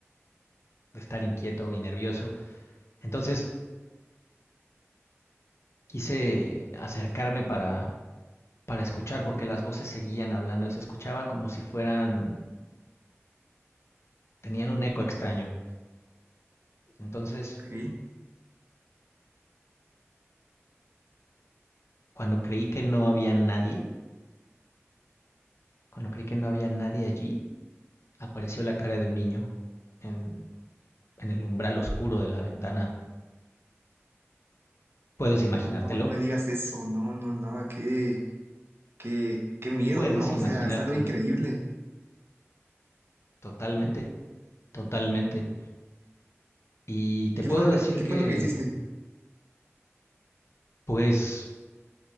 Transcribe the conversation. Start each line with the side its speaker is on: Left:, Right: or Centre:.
Left: de estar inquieto y nervioso. Entonces quise acercarme para, para escuchar porque las voces seguían hablando, se escuchaban como si fueran, tenían un eco extraño. Entonces,
Right: Ok.
Left: cuando creí que no había nadie, cuando creí que no había nadie allí, apareció la cara de un niño en, en el umbral oscuro de la ventana. ¿Puedes imaginártelo?
Right: No, no, no me digas eso. No, no, no. Qué, qué, qué miedo,
Left: ¿Puedes
Right: ¿no?
Left: imaginártelo?
Right: O sea, es algo increíble.
Left: Totalmente, totalmente. Y te
Right: ¿Y qué
Left: puedo
Right: fue lo
Left: decir
Right: que, qué
Left: que,
Right: fue lo que hiciste?
Left: pues,